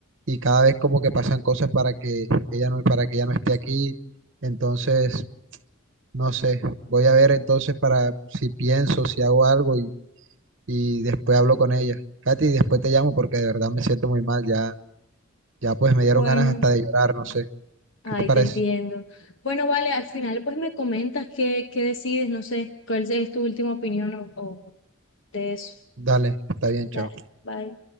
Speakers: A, on the right; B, on the left.
A: y cada vez como que pasan cosas para que ella no, para que ella no esté aquí, entonces, no sé, voy a ver entonces para si pienso, si hago algo y, y después hablo con ella. Katy, después te llamo porque de verdad me siento muy mal ya ya pues me dieron
B: Bueno,
A: ganas hasta de llorar, no sé.
B: ahí
A: ¿Qué te parece?
B: te entiendo. Bueno, vale, al final pues me comentas qué, qué decides, no sé, cuál es tu última opinión o, o de eso.
A: Dale, está bien, chao.
B: Dale, bye.